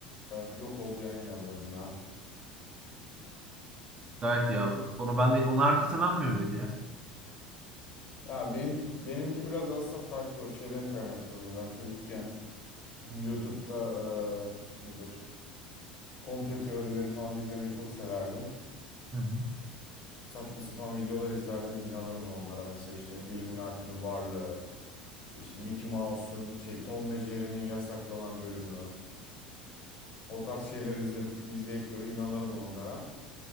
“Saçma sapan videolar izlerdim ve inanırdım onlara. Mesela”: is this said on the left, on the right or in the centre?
Left